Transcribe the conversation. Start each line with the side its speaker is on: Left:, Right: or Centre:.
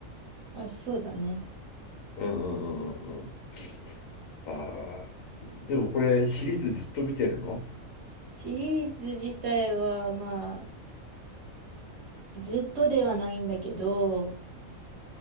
Right: あ、そうだね。
Left: うんうんうんうんうん。ああ、でもこれシリーズずっと見てるの
Right: シリーズ自体は、まあ、ずっとではないんだけど、